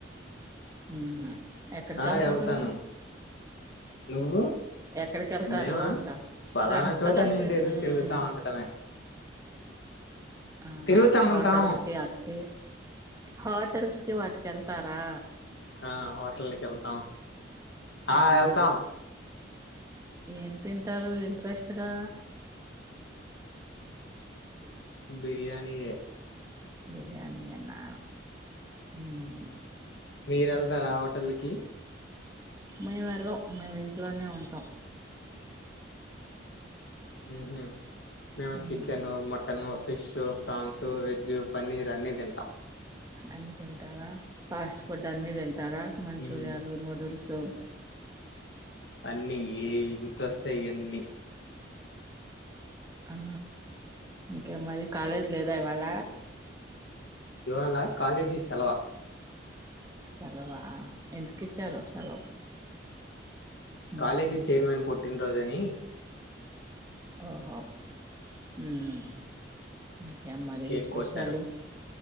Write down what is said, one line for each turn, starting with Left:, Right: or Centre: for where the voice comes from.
Right: హుమ్ ఎక్కడికెళ్తారు
Left: ఆ వెళ్తాను నువ్వు
Right: ఎక్కడికెళ్తారు
Left: మేమా?
Right: అంటా
Left: పలానా
Right: ఫ్రెండ్స్
Left: చోట
Right: తో కలిసి
Left: నేను లేదు
Right: హ్మ్
Left: తిరుగుతా ఉండటమే.
Right: ఆహా
Left: తిరుగుతా
Right: హోటల్స్
Left: ఉంటాం.
Right: కి అటికీ హోటల్స్ కి వాటి కెళ్తారా
Left: ఆ హోటల్ కి ఎళ్తాం ఆ
Right: మ్మ్
Left: ఎళ్తాం
Right: హ్మ్ ఏం తింటారు ఇంట్రెస్ట్ గా
Left: బిర్యానీయే
Right: బిర్యానీ ఏ నా ఊ హుమ్
Left: మీరెళ్తారా హోటళ్ళు కి
Right: మే వెెళ్ళం మేం ఇంట్లోనే ఉంటాం
Left: ఊహు మేము
Right: మ్మ్
Left: చికెను మటను ఫ్ ఫిష్ ఫ్రాన్సు వెజ్జ్ పన్నీర్ అన్నీ తింటాం
Right: అన్ని తింటావా ఫాస్ట్ ఫుడ్ అన్ని తిన్ టారా మంచూరియాలు
Left: హ్మ్.
Right: నూడుల్స్ తు
Left: అన్నీ ఏ ఇది తొస్తయి ఇయన్నీ
Right: ఆ ఇంకా మరి కాలేజ్ లేదా ఇవాళ
Left: ఇవాళ కాలేజీ సెలవా
Right: సెలవా ఎందు కిచారో సెలవు మ్మ్
Left: కాలేజీ చేర్మన్ పూట్ పుట్టినరోజు అని
Right: ఓహో ఉమ్ ఇంకేం మరి
Left: కేక్
Right: విశేషాలు
Left: కోశారు.